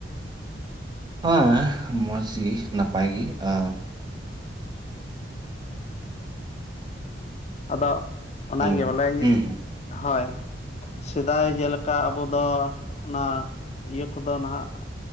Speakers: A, on the right (about 25°); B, on the left (about 35°).
A: ᱦᱮᱸ ᱢᱚᱡᱽ ᱜᱤ ᱱᱟᱯᱟᱭ ᱜᱤ ᱟ
B: ᱟᱫᱚ ᱚᱱᱟᱜᱮ
A: ᱦᱮᱞᱳ
B: ᱵᱚᱞᱮ ᱱᱤᱛ
A: ᱦᱩᱸ ᱦᱩᱸ
B: ᱦᱳᱭ᱾ ᱥᱮᱫᱟᱭ ᱡᱮᱞᱮᱠᱟ ᱟᱵᱚ ᱫᱚ ᱚᱱᱟ ᱤᱭᱟᱹ ᱠᱚᱫᱚ ᱱᱟᱦᱟᱜ᱾